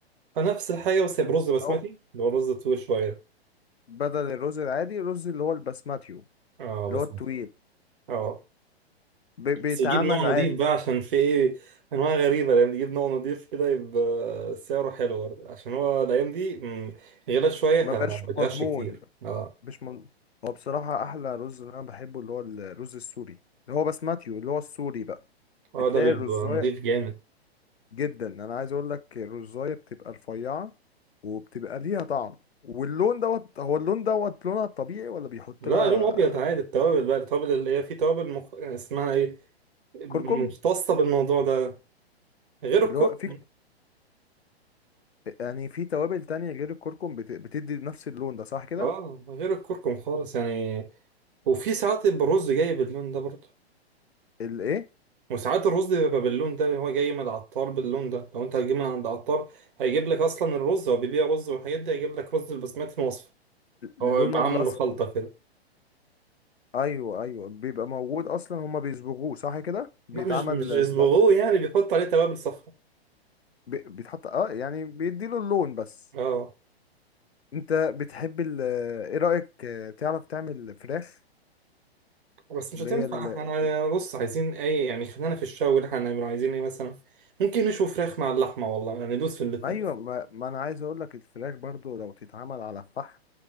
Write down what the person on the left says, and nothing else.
او
بدل الرز العادي الرز اللي هو البسماتيو
اللي
هو الطويل
بي- بيتعمل
عادي
ما
بقاش
مضمون
مش مضمون هو بصراحة احلى رز اللي انا بحبه اللي هو الرز السوري اللي هو بسماتيو اللي هو السوري بقى
بتلاقي
الرزاية
جدا انا عايز اقول لك الرزاية بتبقى رفيعة وبتبقى ليها طعم واللون دوت هو اللون دوت لونها الطبيعي ولا بيحط
لها
كركم
اللي هو في يعني في توابل تانية غير الكركم بت... بتدي نفس اللون ده صح كده
الايه
اللون
الاصفر
ايوه ايوه بيبقى موجود اصلا هما بيصبغوه صح كده بيتعمل
ب... بيتحط اه يعني بيديله اللون بس
انت بتحب ال... ايه رأيك آه، تعرف تعمل فراخ
اللي
هي ال...
ايوه ما... ما انا عايز اقول لك الفراخ برضو لو تتعمل على الفحم